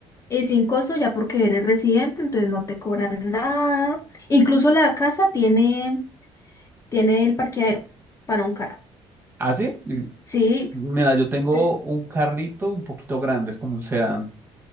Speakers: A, on the left; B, on the right.
A: Y sin costo ya porque eres residente, entonces no te cobran nada. Incluso la casa tiene, tiene el parqueadero para un carro.
B: ¿Ah, sí? Y-
A: Sí,
B: Mira, yo tengo
A: te-
B: un carrito un poquito grande, es como un sedán,